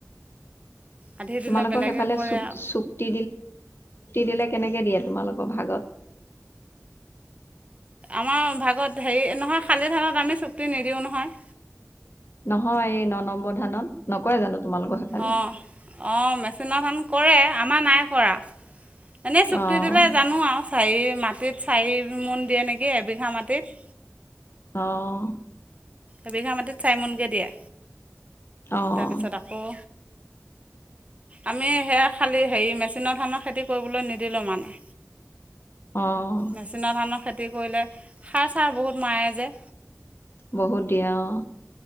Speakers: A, on the right; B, on the left.
A: আধি
B: তোমালোকক
A: দিলে বেলেগে
B: সেইফালে
A: কৰে
B: চু
A: আৰু
B: চুক্তি দিলে <unintelligible> কেনেকে দিয়ে তোমালোকৰ ভাগত?
A: আমাৰ ভাগত হেৰি, নহয় খালী থানত আমি চুক্তি নিদিওঁ নহয়।
B: নহয় এই ন নম্বৰ ধানত, নকৰে জানো। তোমালোকৰ সেইফালে
A: অ', অ', মেচিনত <unintelligible> কৰে আমাৰ নাই কৰা, এনেই চুক্তি
B: অ',
A: দিলে জানো আৰু চাৰি মাটিত চাৰি মোন দিয়ে নেকি এবিঘা মাটিত।
B: আহ
A: এবিঘা মাটিত চাৰিমোনকৈ দিয়ে
B: অ',
A: তাৰপিছত আকৌ
B: <inaudible>
A: আমি সেয়া খালী হেৰি মেচিনৰ ধানৰ খেতি কৰিবলৈ নিদিলোঁ মানে
B: অ',
A: মেচিনৰ ধানৰ খেতি কৰিলে সাৰ চাৰ বহুত মাৰে যে।
B: বহুত দিয়ে অ